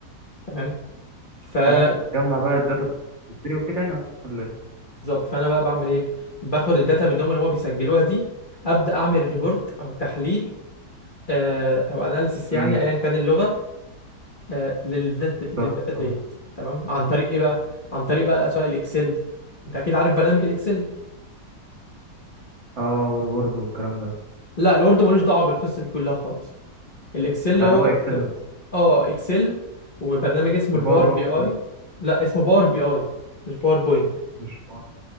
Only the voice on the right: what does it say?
فانت تجمع بقى الداتا بتشتري وكده يعني ولا ايه
امم
بالظبط
اه
اه والوورد والكلام ده
يعني
هو
اكسل بس
والباور
بوينت
طيب،
مش باور